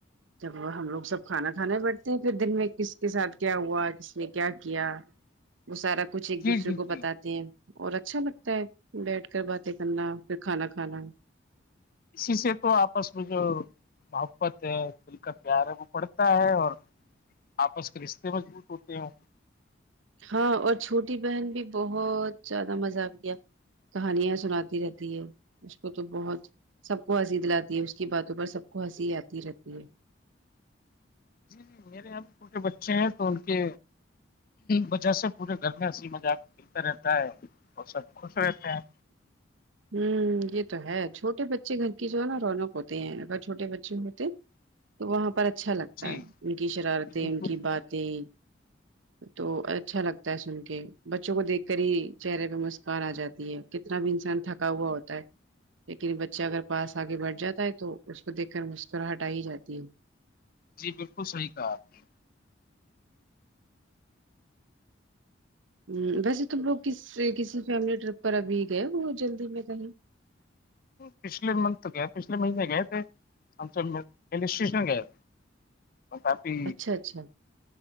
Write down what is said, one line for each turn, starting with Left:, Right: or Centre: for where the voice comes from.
Right: جب ہم لوگ سب کھانا کھانے بیٹھتے ہیں پھر دن میں کس کے ساتھ کیا ہوا کس نے کیا کیا وہ سارا کچھ ایک
Left: جی
Right: دوسرے
Left: جی
Right: کو
Left: جی
Right: بتاتے ہیں اور اچھا لگتا ہے بیٹھ کر باتیں کرنا پھر کھانا کھانا
Left: اسی سے تو آپس میں جو محبت ہے دل کا پیار ہے وہ پڑتا ہے اور آپس کرشتے مضبوط ہوتے ہیں
Right: ہاں اور چھوٹی بہن بھی بہت زیادہ مذاق گیا کہانیاں سناتی رہتی ہے اس کو تو بہت سب کو ہنسی د لاتی ہے اس کی باتوں پر سب کو ہنسی آتی رہتی ہے
Left: جی جی میرے یہاں چھوٹے بچے ہیں تو ان کے وجہ سے پورے گھر میں ہنسی مذاق کلتا رہتا ہے اور سب خوش رہتے ہیں
Right: ہوں یہ تو ہے چھوٹے بچے گھر کی جو ہے نا رونق ہوتے ہیں اگر چھوٹے بچے ہوتے تو وہاں پر اچھا لگتا
Left: جی
Right: ہے ان کی شرارتیں
Left: بالکل
Right: ان کی باتیں تو اچھا لگتا ہے سن کے بچوں کو دیکھ کر ہی چہرے پہ مسکان آ جاتی ہے کتنا بھی انسان تھک پا ہوا ہوتا ہے لیکن بچہ اگر پاس آگے بٹھ جاتا ہے تو اس کو دیکھ کر مسکراہٹائی ہی جاتی ہے
Left: جی بالکل صحیح کہا آپ نے
Right: ہ ویسے تم لوگ کس کسی فیملی ٹرپ پر ابھی گئے ہو جلدی میں کہیں
Left: پچھے منتھ گیا پچھے مہنے گیا تھ ہم ری اسٹیشن گیا کافی
Right: اچھا اچھا